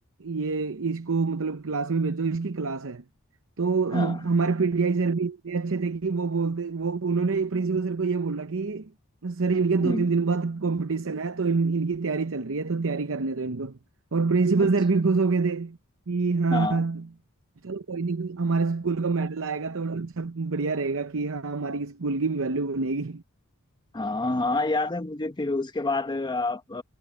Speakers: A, on the right; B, on the left.
A: ये इसको मतलब क्लास में भेजो इसकी क्लास है तो
B: हाँ
A: हम हमारे पीटीआई सर भी इतने अच्छे थे कि वो बोलते वो उन्होंने प्रिंसिपल सर को ये बोला कि सर
B: हम्म,
A: इनके दो तीन दिन बाद कंपटीशन है तो इन इनकी तैयारी चल रही है तो तैयारी करने दो इनको और प्रिंसिपल
B: अच्छा
A: सर भी खुश हो गए थे कि हाँ
B: हाँ
A: चलो कोई नहीं हमारे स्कूल का मेडल आएगा तो अच्छा बढ़िया रहेगा कि हाँ हमारी स्कूल की वैल्यू बनेगी
B: हाँ हाँ याद है मुझे फिर उसके बाद आप अ,